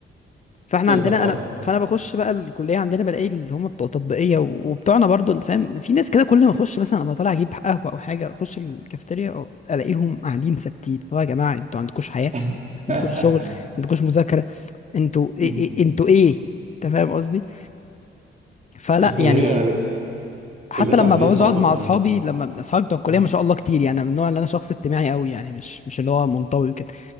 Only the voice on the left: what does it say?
فاحنا
عندنا
انا فانا بخش بقى الكليه عندنا بلاقي اللي هم بتوع تطبيقيه و- وبتوعنا برضو انت فاهم في ناس كده كل ما اخش مثلا ابقى طالع اجيب قهوه او حاجه اخش الكافيتيريا أو- الاقيهم قاعدين ثابتين اللي هو يا جماعه انتوا عندكوش حياه
عندكوش شغل عندكوش مذاكره انتوا ايه
ايه انتوا ايه انت فاهم قصدي فلا
يعني
حتى لما
بعوز
اقعد مع
اصحابي لما اصحابي بتوع الكليه
ما شاء الله كتير يعني أنا من النوع اللي انا شخص اجتماعي قوي يعني مش مش اللي هو منطوي كده